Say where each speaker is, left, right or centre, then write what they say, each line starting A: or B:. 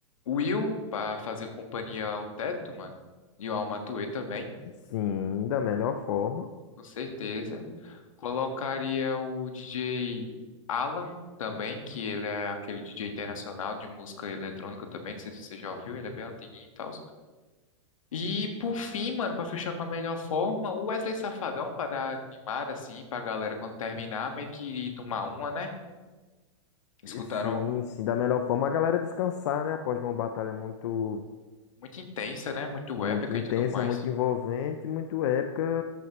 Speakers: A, on the left; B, on the left.
A: Will pra fazer companhia ao Teto, mano. E ao Matuê também.
B: Sim, da melhor forma.
A: com certeza. Colocaria o DJ Alan também, que ele é aquele DJ internacional de música eletrônica também. Não sei se você já ouviu, ele é bem antiguinho e tal. E por fim, mano, pra fechar com a melhor forma, o Wesley Safadão, pra dar animada assim, pra galera quando terminar, meio que ir tomar uma, né? Escutaram
B: E Sim, sim, da melhor forma a galera descansar, né? Após uma batalha muito,
A: muito intensa, né? Muito
B: muito
A: épica
B: intensa,
A: e tudo mais.
B: muito envolvente, muito épica